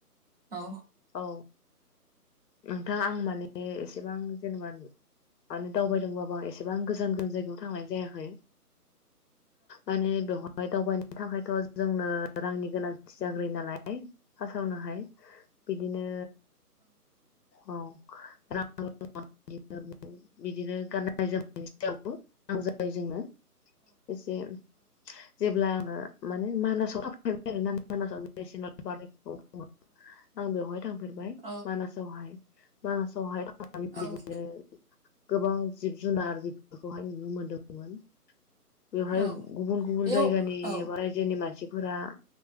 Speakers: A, on the right; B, on the left.
A: औ
B: औ नोंथाङा आं माने ए सेबां जेनेबा माने दावबायदोंबाबो एसेबां गोजान गोजान जायगायाव थांनाय जायाखै माने बेव हाय दावबायनो थाखायथ' जोंनो रांनि गोनांथि जाग्रो नालाय फासावनो हाय बिदिनो औ रां बिदिनो <unintelligible> बिदिनो गाननाय जोमनायनि सायावबो रां नांनौ जायो जोंनो एसे जेब्ला आङो माने मानास <unintelligible> <unintelligible> आं बेवहाय थांफेरबाय
A: औ
B: मानासावहाय मानासावहाय थांनानै
A: औ
B: बिदिनो गोबां जिब जुनार बेफोरखौहाय नुनो मोनो नदोंमोन बेवहाय
A: औ
B: गुबुन गुबुन
A: बेयाव
B: जायगानि
A: औ
B: बा रायजोनि मानसि फोरा